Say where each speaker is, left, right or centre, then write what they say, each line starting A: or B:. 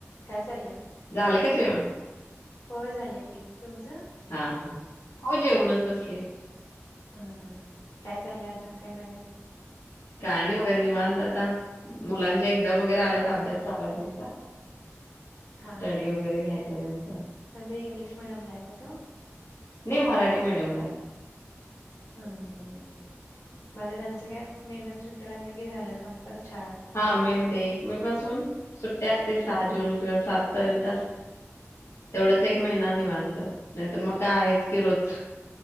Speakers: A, on the left; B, on the left.
A: काय चाललंय?
B: झाल का जेवण?
A: होय झालं की, तुमचं?
B: हा हा, हो जेवूनच बसले.
A: अ काय चाललंय? अजून काय नवीन?
B: काय नाही बघा, निवांत आता. मुलांच्या एक्झाम वगैरे आल्यात, अभ्यास चालू आहे त्यांचा.
A: हा
B: स्टडी
A: हा हां
B: वगैरे घ्यायचा त्यांचा.
A: म्हणजे, इंग्लिश मिडियमला आहे का तो?
B: नाही, मराठी मीडियमला आहे.
A: हम् हम् हम् म्हणजे त्यांचं काय, मे मध्ये सुट्टया लागल्या, की झालं काम. परत शाळा.
B: हा मे मध्ये, एक मे पासून सुट्ट्या असते, सहा जून किंवा सात पर्यंत असते. तेवढच एक महिना निवांत, नाही तर मग काय आहेच की रोज.